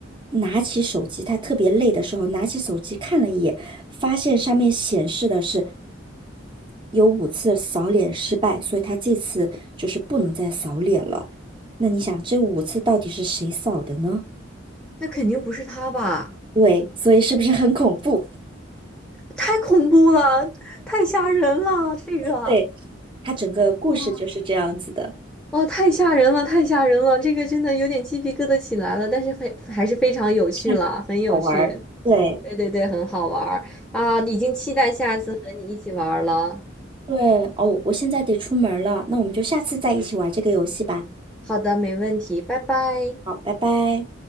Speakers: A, on the right; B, in the centre.
A: 拿起手机，他特别累的时候，拿起手机看了一眼，发现上面显示的是有五次扫脸失败，所以他这次就是不能再扫脸了。那你想，这五次到底是谁扫的呢？
B: 那肯定不是他吧？
A: 对，所以是不是很恐怖？
B: 太恐怖了，太吓人了，这个，
A: 对，他整个故事就是这样子的，
B: 哇，哇，太吓人了，太吓人了，这个真的有点鸡皮疙瘩起来了，但是非还是非常有趣了，
A: 这样好玩儿。
B: 很有趣，
A: 对
B: 对对对，很好玩儿啊，已经期待下次和你一起玩儿了。
A: 对，哦，我现在得出门了，那我们就下次再一起玩这个游戏吧。
B: 好的，没问题，拜拜。
A: 好，拜拜。